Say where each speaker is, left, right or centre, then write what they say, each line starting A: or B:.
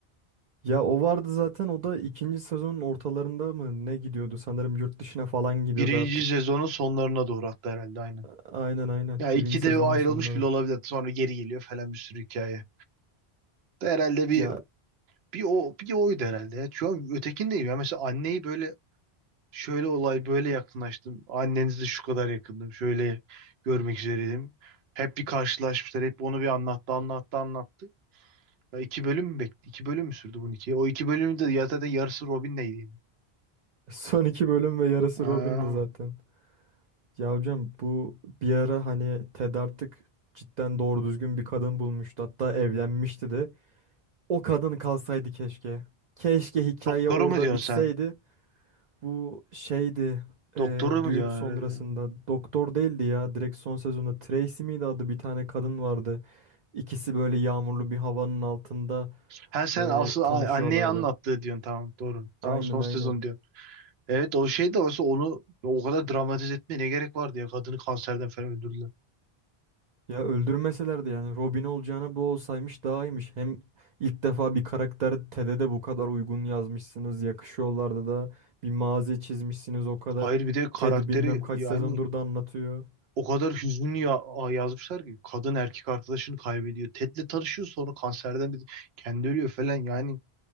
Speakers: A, on the right; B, on the right.
A: ya o vardı zaten o da ikinci sezonun ortalarında mı ne gidiyordu sanırım yurt dışına falan gidiyordu
B: Birinci
A: artık.
B: sezonun sonlarına doğru hatta herhalde aynen.
A: A- Aynen aynen
B: Ya ikide
A: birinci sezonun
B: ayrılmış
A: sonları.
B: bile olabilir. Sonra geri geliyor falan bir sürü hikaye. Da Herhalde bir
A: Ya
B: bir o bir oydu herhalde. ya. Şu an ötekindeyim ya. Mesela anneyi böyle Şöyle olay böyle yakınlaştım. Annenizi şu kadar yakındım. Şöyle görmek üzereydim. Hep bir karşılaşmışlar. Hep onu bir anlattı, anlattı, anlattı. Ya iki bölüm mü bekle? İki bölüm mü sürdü bunun iki? O iki bölümün de ya zaten yarısı Robin'leydi yine.
A: son iki bölüm ve yarısı
B: Aa,
A: Robin'di zaten. Ya hocam bu bir ara hani Ted artık cidden doğru düzgün bir kadın bulmuştu hatta evlenmişti de. O kadın kalsaydı keşke. Keşke hikaye
B: Doktoru
A: orada
B: mu diyorsun
A: bitseydi.
B: sen?
A: Bu şeydi e,
B: Doktoru
A: düğün
B: mu diyorsun
A: sonrasında
B: herhalde?
A: doktor değildi ya direkt son sezonda Tracy miydi adı bir tane kadın vardı. İkisi böyle yağmurlu bir havanın altında
B: Ha sen
A: böyle
B: asıl
A: tanışıyorlardı.
B: a- anneyi anlattığı diyorsun tamam doğru. Tamam
A: Aynen
B: son sezon
A: aynen.
B: diyorsun. Evet o şey de varsa onu ya o kadar dramatize etmeye ne gerek vardı ya kadını kanserden falan öldürdüler.
A: Ya öldürmeselerdi yani Robin olacağına bu olsaymış daha iyiymiş. Hem ilk defa bir karakter Ted'e de bu kadar uygun yazmışsınız. Yakışıyorlardı da bir mazi çizmişsiniz o kadar.
B: Hayır bir de karakteri
A: Ted bilmem kaç
B: yani
A: sezondur da anlatıyor.
B: O kadar hüzünlü ya a- yazmışlar ki kadın erkek arkadaşını kaybediyor. Ted'le tanışıyor sonra kanserden bir- kendi ölüyor falan yani.